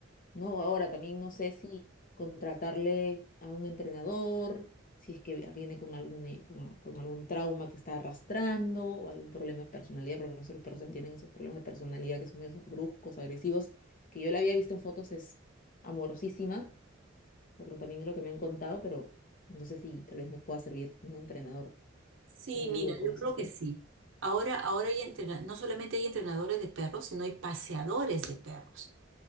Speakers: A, on the left; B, on the right.
A: No, ahora también no sé si contratarle a un entrenador, si es que viene con algún, eh, con, con algún trauma que está arrastrando o algún problema de personalidad, porque nosotros los perros también tienen esos problemas de personalidad que son medio bruscos, agresivos, que yo la había visto en fotos, es amorosísima, por lo también es lo que me han contado, pero no sé si tal vez me pueda servir un entrenador
B: Sí,
A: que me ayude
B: mira, yo
A: con esos
B: creo que
A: temas.
B: sí. Ahora, ahora hay entrena- no solamente hay entrenadores de perros, sino hay paseadores de perros